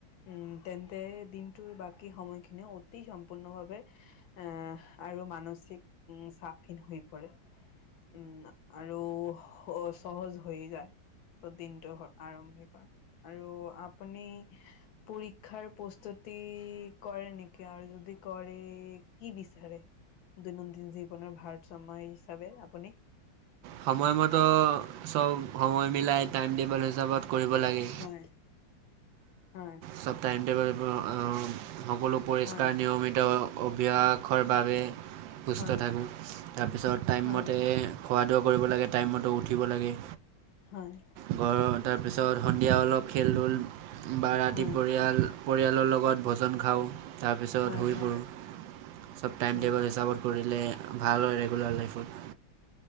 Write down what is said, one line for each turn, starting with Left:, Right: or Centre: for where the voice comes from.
Left: উম, তেন্তে দিনটোৰ বাকী সময়খিনি অতি সম্পূৰ্ণভাৱে আহ, আৰু মানসিক চাপখিনি শুই পৰে। উম আৰু সহজ হৈ যায়, ত' দিনটোৰ আৰমভি কৰা। আৰু আপুনি পৰীক্ষাৰ প্ৰস্তুতি কৰে নেকি আৰু যদি কৰে কি বিচাৰে? দৈনন্দিন জীৱনৰ ভাৰসাম্য হিচাপে আপুনি?
Right: সময়মতো সব সময় মিলাই টাইম টেবল হিচাপত কৰিব লাগে।
Left: হয় হয়।
Right: সব টাইম টেবল সকলো পৰিষ্কাৰ
Left: হয়
Right: নিয়মিত অভ্যাসৰ বাবে সুস্থ
Left: হয়
Right: থাকোঁ, তাৰপিছত টাইমমতে
Left: হয়
Right: খোৱা দোৱা কৰিব লাগে, টাইম মতে উঠিব লাগে।
Left: হয়।
Right: ঘৰৰ তাৰপিছত সন্ধিয়া অলপ খেল ধূল বা ৰাতি
Left: হয়
Right: পৰিয়াল পৰিয়ালৰ লগত ভোজন খাওঁ, তাৰপিছত
Left: হয়
Right: শুই
Left: হয় হয়
Right: পৰোঁ, সব টাইম
Left: হয়
Right: টেবল হিচাপত কৰিলে ভাল হয় ৰেগুলাৰ লাইফত।